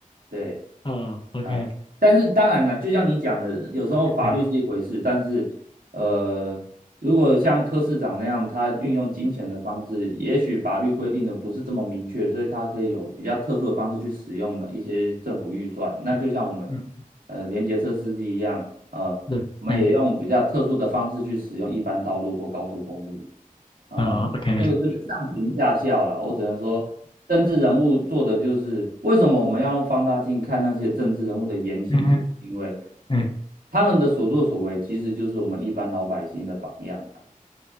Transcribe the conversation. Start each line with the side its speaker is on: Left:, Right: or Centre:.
Right: 对，
Left: 哦，OK，
Right: 呃，但是当然了，就像你讲的，有时候法律是一回事，
Left: 哎
Right: 但是，呃，如果像柯市长那样，他运用金钱的方式，也许法律规定的不是这么明确，所以他可以有比较特殊的方式去使用的一些政府预算。那就像我们，
Left: 嗯嗯
Right: 呃，联结车司机一样，呃，
Left: 是哎
Right: 我们也用比较特殊的方式去使用一般道路或高速公路。呃，
Left: 哦 OK
Right: 这个就是上行下效啦。我只能说，政治人物做的就是为什么我们要用放大镜看那些政治人物的言行，
Left: 嗯
Right: 就是因为
Left: 嗯
Right: 他们的所作所为其实就是我们一般老百姓的榜样啦